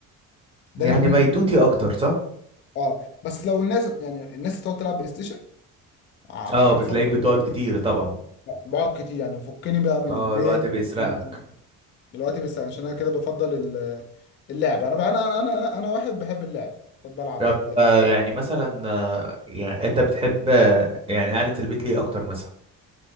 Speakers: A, on the left (about 35°); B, on the right (about 15°).
A: ده
B: يعني
A: اللي بمل
B: بيتوتي
A: ليه.
B: اكتر صح
A: اه بس لو الناس يعني الناس تقعد تلعب بلاي ستيشن افك
B: اه بتلاقيك بتقعد كتير طبعا
A: بقعد كتير يعني فكني بقى من
B: اه
A: البيت
B: الوقت بيسرقك
A: فكني بقى- دلوقتي بس عشان انا كده بفضل ال- اللعب انا بقى انا انا انا واحد بحب اللعب بحب العب
B: طب
A: وبتاع
B: آه، يعني مثلا آه، يعني انت بتحب آه، يعني قعدة البيت ليه اكتر مثلا